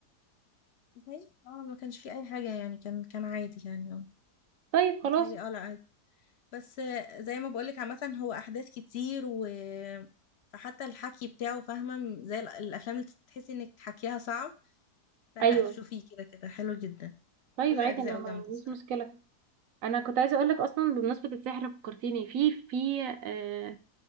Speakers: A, on the left; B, on the right.
A: زي اه ما كانش فيه اي حاجة يعني كان كان عادي يعني
B: طيب خلاص
A: متهيألي اه لا عادي بس زي ما بقولك عامة هو أحداث كتير و فحتى الحكي بتاعه فاهمة زي ال- الأفلام اللي تحسي إنك حكيها صعب فلا
B: ايوه
A: شوفيه كده كده حلو جدا
B: طيب
A: كل
B: عادي
A: أجزائه
B: انا ما
A: جامدة
B: عنديش
A: الصراحة
B: مشكله انا كنت عايزه اقول لك اصلا بمناسبه السحر فكرتيني في في آه